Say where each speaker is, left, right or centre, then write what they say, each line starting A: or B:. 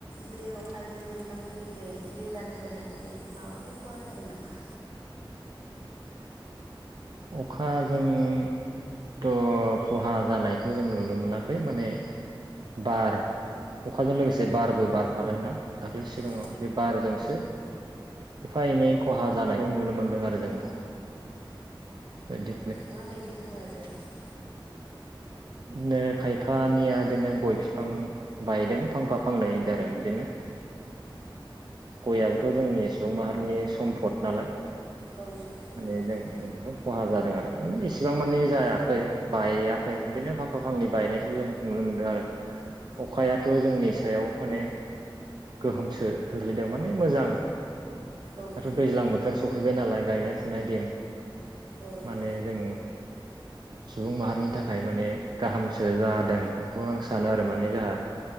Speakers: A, on the right (about 80°); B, on the right (about 55°).
A: बे अखाजों नोंथांमोननिखै दैबाना जानानै माबाफोर खहा जादों नामा
B: अखाजों थ' खहा जानायखौ जों नुनो मोनाखै माने बार अखाजों लोगोसे बारबो बारफादोंना दाख्लै सिगाङाव
A: औ
B: बे बारजोंसो एफा एनै खहा जानायखौ नुनो मोनदों आरो जोङो बेदि
A: माबायदि खहा जा जादों
B: बिदिनो खायफानिया बिदिनो गय बिफां बायदों फांफा फांनै बिदि आरो बिदिनो गयआबोथ' जोंनि सुबुं माहारिनि सम्फद नालाय
A: औ सम्पद
B: माने
A: औ नंगौ
B: जों खहा जादों आरो माने इसिबां मानि जायाखै बायआखै बिदिनो फांफा फांनै बायनायखौ जों नुनो मोन्दों आरो अखायाथ'
A: औ
B: जोंनि सायाव माने गोहोमसो खोख्लैदों माने मोजां
A: औ
B: दाथ'
A: मोजां
B: दैज्लां बोथोर सफैबाय नालाय गायनाय फुनाय दिन
A: औ
B: माने
A: औ
B: जों सुबुं माहारिनि थाखाय माने गाहामसो जादों बेखौ आं सानो आरो माने जाहा